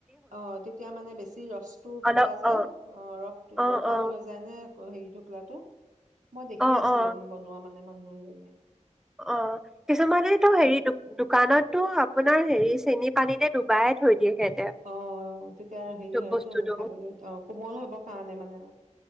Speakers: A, on the right (about 80°); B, in the centre.
A: অ তেতিয়া মানে বেছি ৰসটো
B: অলপ
A: পোৱা যায়
B: অ
A: অ ৰসটো
B: অ
A: ৰশাল
B: অ
A: হৈ যায় নে হেৰি টুকলাটো মই দেখি
B: অ
A: আছিলো
B: অ
A: বনোৱা মানে মানুহ এজনিয়ে
B: অ কিছুমানে তো হেৰি দোকানটো আপোনাৰ হেৰি চেনি পানী ডুবাই থৈ দিয়ে সিহঁতে
A: অ তেতিয়া হেৰি হয়তোন
B: বস্তুটো
A: খাবলৈ অ কোমল হব কাৰণে মানে